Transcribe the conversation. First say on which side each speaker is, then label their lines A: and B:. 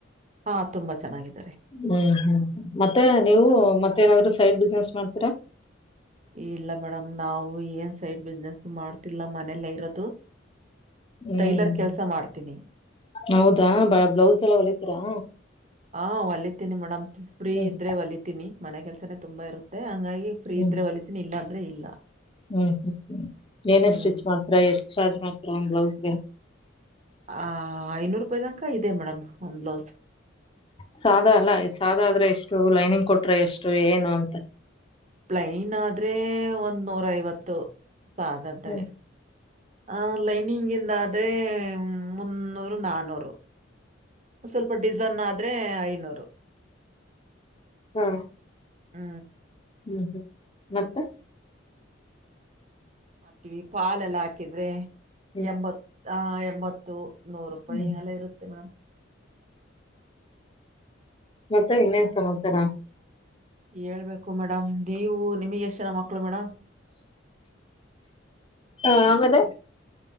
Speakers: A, on the right; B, on the left.
A: ಹಾ ತುಂಬಾ ಚೆನ್ನಾಗಿದೆ
B: ಹ್ಮ್ ಹ್ಮ್ ಮತ್ತೆ ನೀವು ಮತ್ತೇಏನಾದ್ರು ಸೈಡ್ ಬಿಸ್ನೆಸ್ ಮಾಡ್ತೀರಾ
A: ಇಲ್ಲ ಮೇಡಮ್ ನಾವು ಏನ್ ಸೈಡ್ ಬಿಸ್ನೆಸ್ ಮಾಡ್ತಿಲ್ಲ ಮನೆಯಲ್ಲ ಇರೋದು
B: ಹ್ಮ್
A: ಟೈಲರ್ ಕೆಲ್ಸ ಮಾಡ್ತೀನಿ
B: ಹೌದಾ ಬ ಬ್ಲೌಸ್ ಎಲ್ಲ ಹೊಲಿತರಾ
A: ಹಾ ಒಲಿತೀನಿ ಮೇಡಮ್ ಫ್ರೀ
B: ಹ್ಮ್
A: ಇದ್ರೆ ಒಲಿತೀನಿ ಮನೆ ಕೆಲ್ಸನೇ ತುಂಬಾ ಇರುತ್ತೆ ಹಂಗಾಗಿ ಫ್ರೀ
B: ಹ್ಮ್
A: ಇದ್ರೆ ಒಲಿತೀನಿ ಇಲ್ಲ ಅಂದ್ರೆ ಇಲ್ಲ
B: ಹ್ಮ್ ಹ್ಮ್ ಹ್ಮ್ ಏನ
A: ಹ್ಮ್
B: ಸ್ಟಿಚ್ ಮಾತ್ರ ಎಷ್ಟ ಸಾಜ್ ಮಾತ್ರ ಒಂದ್ ಬ್ಲೌಸ್ಗೆ
A: ಆ ಐನೂರು ರೂಪಾಯಿ ತನಕ ಇದೆ ಮೇಡಮ್ ಒಂದ್ ಬ್ಲೌಸ್
B: ಸಾದ ಅಲ್ಲ ಸಾದ ಆದ್ರೆ ಎಷ್ಟು ಲೈನಿಂಗ್ ಕೊಟ್ರೆ ಎಷ್ಟು ಏನು ಅಂತ
A: ಪ್ಲೈನ್ ಆದ್ರೆ ಒಂದ್ ನೂರ್ ಐವತ್ತು ಸಾಧಾದ್ರೆ
B: ಹ್ಮ್
A: ಆ ಲೈನಿಂಗ್ ಇಂದ ಆದೆ ಮುನ್ನೂರು ನಾನೂರು ಸ್ವಲ್ಪ ಡಿಸೈನ್ ಆದ್ರೆ ಐನೂರು
B: ಹ್ಮ
A: ಹ್ಮ್
B: ಹ್ಮ್ ಹ್ಮ್ ಮತ್ತ <unintelligible>
A: ಮಾಡ್ತೀವಿ ಪಾಲೆಲ್ಲ ಹಾಕಿದ್ರೆ
B: ಹ್ಮ್
A: ಎಂಬತ್ ಆ ಎಂಬತ್ತು ನೂರೂಪಾಯಿ
B: ಹ್ಮ್
A: ಎಲ್ಲ ಇರುತ್ತೆ ಮೇಡಮ್
B: ಮತ್ತೆ ಇನ್ನೇನ್ ಸಮಾಚಾರ
A: ಹೇಳ್ಬೇಕು ಮೇಡಮ್ ನೀವು ನಿಮಿಗ್ ಎಷ್ಟ್ ಜನ ಮಕ್ಳು ಮೇಡಮ್
B: ಹಾ ಅಮೇಲೆ